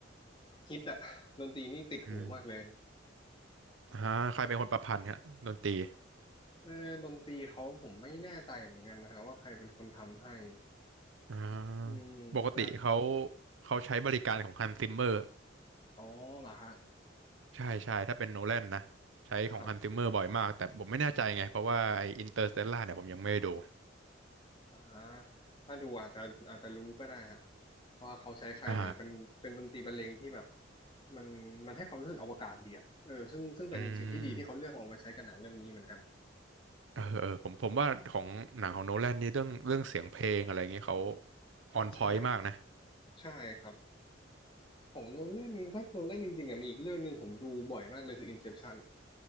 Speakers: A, on the left (about 25°); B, on the right (about 80°).
A: ฮิตอะดนตรีนี่ติดหูมากเลย
B: อืมอ่าใครเป็นคนประพันธ์ฮะดนตรี
A: เออดนตรีเขาผมไม่แน่ใจเหมือนกันนะฮะว่าใครเป็นคนทำให้
B: อ่า
A: อืมแต่
B: ปกติเขาเขาใช้บริการของฮันซิมเมอร์
A: อ๋อเหรอฮะ
B: ใช่ใช่ถ้าเป็นโนแลนนะใช้ของฮันซิมเมอร์บ่อยมากแต่ผมไม่แน่ใจไงเพราะว่าไออินเตอร์สเตลล่าเนี่ยผมยังไม่ได้ดู
A: ครับ อ่าถ้าดูอาจจะอาจจะรู้ก็ได้ฮะว่าเขาใช้ใครแต่เป็นเป็นดนตรีบรรเลงที่แบบ
B: อ่า
A: มันมันให้ความรู้สึกอวกาศดีอะเออซึ่งซึ่งเป็นสิ่งที่ดีที่เขาเลือกเอามาใช้กับหนังเรื่องนี้เหมือนกัน
B: อืมเออเออผมผมว่าของหนังของโนแลนนี่เรื่องเรื่องเสียงเพลงอะไรเงี้ยเขาออนพอยต์มากนะ
A: ใช่ใช่ครับของโนแลนถ้าโนแลนจริงๆอะมีอีกเรื่องหนึ่งผมดูบ่อยมากเลยคือ Inception